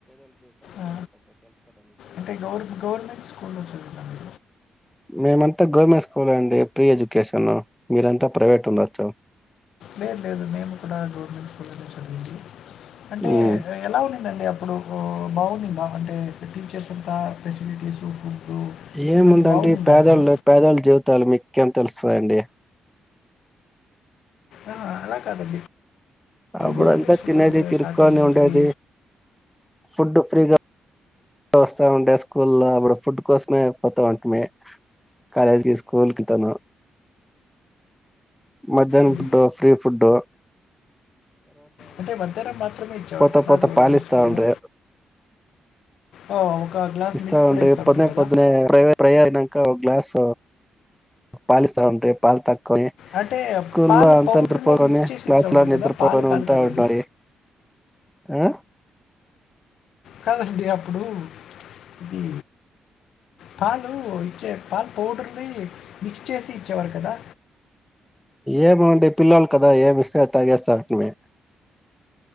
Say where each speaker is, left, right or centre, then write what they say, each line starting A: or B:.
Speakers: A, on the left (about 75°); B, in the centre.
A: ఆ అంటే గవర్ గవర్నమెంట్ స్కూల్లో చదివిండండీ
B: మేమంతా గవర్నమెంట్ స్కూల్ అండి ప్రీ ఎడ్యుకేషను మీరంతా ప్రైవేట్ ఉండొచ్చు
A: లేదు లేదు మేము కూడా గవర్నమెంట్ స్కూల్లోనే చదివీంది అంటే
B: ఉమ్
A: ఎలా ఉన్నాయి <unintelligible> అండి అప్పుడు బాగున్నింది ఆ అంటే టీచర్స్ అంతా ఫెసిలిటీస్ ఫుడ్
B: ఏముందండి
A: ఇవన్నీ బాగుండిందా
B: పేదళ్లు
A: అప్పుడు
B: పేదళ్ల జీవితాలు మీక్ కేమ్ తెలుస్తాయండి
A: ఆ అలా కాదండి ఇప్పుడు
B: అప్పుడంతా
A: గవర్నమెంట్స్
B: తినేది
A: కూడా
B: తిరుక్కొని
A: షార్టేజ్ ఉంటది
B: ఉండేది ఫుడ్ ఫ్రీగా <unintelligible> వస్తా ఉంటే స్కూల్ల్లో అప్పుడు ఫుడ్ కోసమే పోతా ఉంటుమి కాలేజ్కి స్కూల్ కి తను మధ్యానం
A: ఉమ్.
B: ఫుడ్ ఫ్రీ ఫుడ్డు
A: అంటే మనతరం మాత్రమే ఇచ్చేవారు
B: పోత
A: కదా
B: పోత
A: గవర్నమెంట్
B: పాలిస్తా
A: స్కూల్లో
B: ఉండ్రి
A: ఓ, ఒక గ్లాస్
B: ఇస్త
A: మిల్క్ కూడా
B: ఉండే
A: ఇస్తుంటారు
B: పొద్నే
A: కదా
B: పొద్దునే ప్ర ప్రా ఇంక ఒక గ్లాస్ ప పాలిస్తా ఉండ్రి పాల్ తాగ్ కొని
A: అంటే
B: స్కూల్లో
A: పాలు
B: అంతా
A: పౌడర్‌లో
B: నిద్రపోగానె
A: మిక్స్ చేసి
B: క్లాసు
A: ఇచ్చా ఉంటారు
B: లో నిద్రపోకని
A: కదా! పాలు కాదు
B: ఉంటా
A: కదా
B: ఉండాలి
A: అది.
B: ఆ
A: కాదండి అప్పుడు ఇది పాలు ఇచ్చే పాలు పౌడర్ని మిక్స్ చేసి ఇచ్చేవారు కదా
B: ఏమ్ అండి పిల్లలు కదా ఏమి ఇస్తే తాగేస్తారు అంటనే